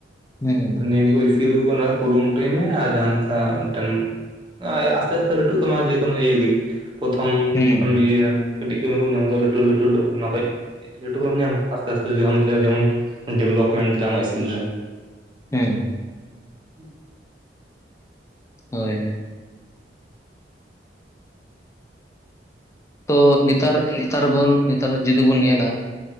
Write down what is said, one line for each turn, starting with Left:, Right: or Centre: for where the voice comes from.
Left: ᱦᱮᱸ
Right: ᱟᱫᱚ ᱱᱤᱭᱟᱹ ᱠᱚ ᱤᱥᱤᱞᱥ ᱚᱱᱟ ᱠᱩᱨᱩᱢᱩᱴᱩᱭ ᱢᱮ ᱟᱨ ᱡᱟᱦᱟᱸᱮ ᱞᱮᱠᱟ ᱢᱤᱫᱴᱮᱱᱼᱼ ᱚᱭ ᱟᱥᱛᱮ ᱟᱥᱛᱮ ᱞᱟᱹᱴᱩᱜ ᱛᱟᱢᱟ ᱡᱮᱠᱳᱱᱳ ᱤᱭᱟᱹᱜᱮ, ᱯᱚᱛᱷᱚᱢ
Left: ᱦᱩᱸ
Right: ᱡᱚᱠᱷᱚᱱ ᱮᱢ ᱤᱭᱟᱹᱭᱟᱹ, ᱠᱟᱹᱴᱤᱡ ᱠᱟᱹᱢᱤ ᱠᱚᱢ ᱧᱟᱢᱮᱫᱟ ᱞᱟᱹᱴᱩ ᱞᱟᱹᱴᱩ ᱚᱱᱟ ᱠᱷᱚᱡ ᱞᱟᱹᱴᱩ ᱵᱟᱢ ᱧᱟᱢᱟ ᱟᱥᱛᱮ ᱟᱥᱛᱮ ᱡᱩᱫᱤ ᱟᱢ ᱛᱮᱦᱚ ᱡᱮᱢᱚᱱ ᱰᱮᱵᱷᱞᱯᱢᱮᱱᱴ ᱫᱟᱲᱭᱟᱜ ᱟᱢᱟᱜ ᱤᱥᱠᱤᱞ ᱨᱮ ᱾
Left: ᱦᱮᱸ ᱾
Right: <inaudible>
Left: ᱦᱳᱭ ᱦᱳᱭ ᱾ ᱛᱚ ᱱᱮᱛᱟᱨ ᱱᱮᱛᱟᱨ ᱵᱚᱱ ᱱᱮᱛᱟᱨ ᱡᱩᱫᱤ ᱵᱚᱱ ᱧᱮᱞᱟ